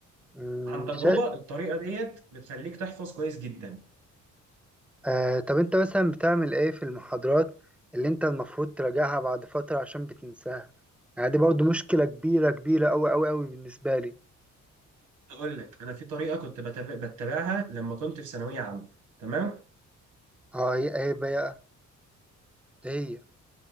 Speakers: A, in the centre; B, on the right (about 80°).
A: أمم،
B: عن تجربة
A: شيء
B: الطريقة ديت بتخليك تحفظ كويس جدا
A: آه طب انت مثلا بتعمل ايه في المحاضرات اللي انت المفروض تراجعها بعد فترة عشان بتنساها يعني دي برضو مشكلة كبيرة كبيرة اوي اوي اوي بالنسبة لي
B: اقول لك انا في طريقه كنت بتب- بتبعها لما كنت في ثانويه عامه تمام
A: اه هي ايه بقى ايه هي